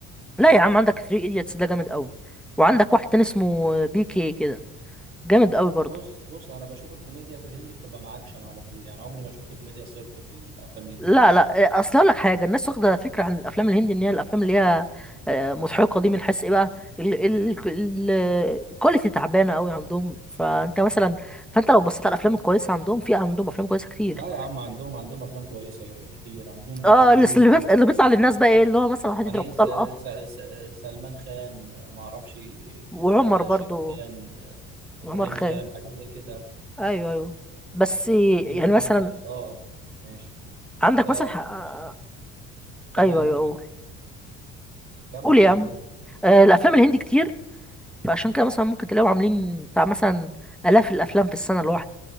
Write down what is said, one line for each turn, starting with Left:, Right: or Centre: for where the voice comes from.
Centre: لا يا عم عندك ثري إيديتس ده جامد قوي وعندك واحد تاني اسمه بي كي كده جامد قوي برضه
Right: بص بص انا بشوف الكوميديا في الهندي بتبقى مع اكشن على طول يعني عمري ما شفت كوميديا صرف في الافلام الهندي
Centre: لا لا آه، اصل اقول لك حاجه الناس واخده فكره عن الافلام الهندي ان هي الافلام اللي هي آه، مضحكه دي من حيث ايه بقى ال- ال- ال- الكواليتي تعبانه قوي عندهم فانت مثلا فانت لو بصيت على الافلام الكويسه عندهم في عندهم افلام كويسه كتير
Right: لا يا عم عندهم عندهم افلام كويسة كتير عندهم بوليود
Centre: اه اللي اللي بيطلع اللي بيطلع للناس بقى ايه اللي هو مثلا واحد
Right: يعني
Centre: يضرب
Right: إيه س-
Centre: طلقه
Right: س- س- سلمان خان ما اعرفش
Centre: وعمر
Right: آه،
Centre: برضو
Right: شاروخان آه، ابراهيم
Centre: عمر خان
Right: خان حاجات زي كده
Centre: ايوه ايوه بس يعني
Right: مين
Centre: مثلا
Right: مين ابراهيم خان اه ماشي
Centre: عندك
Right: ف
Centre: مثلا ح- آه،
Right: تمام
Centre: ايوه ايوه
Right: تمام
Centre: قول
Right: كمل
Centre: قول يا
Right: كمل
Centre: عم
Right: انت
Centre: آه، الافلام الهندي كتير فعشان كده مثلا ممكن تلاقيهم عاملين بتاع مثلا آلاف الأفلام في السنة الواحدة